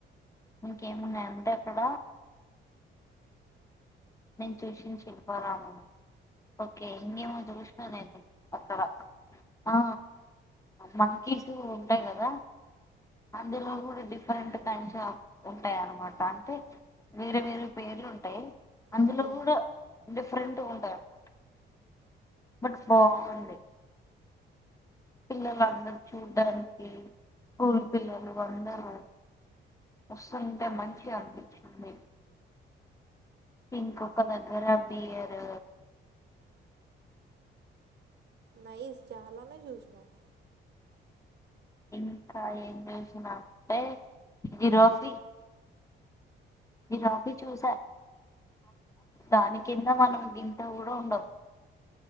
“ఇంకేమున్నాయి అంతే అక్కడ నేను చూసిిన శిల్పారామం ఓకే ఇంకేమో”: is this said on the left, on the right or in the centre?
Left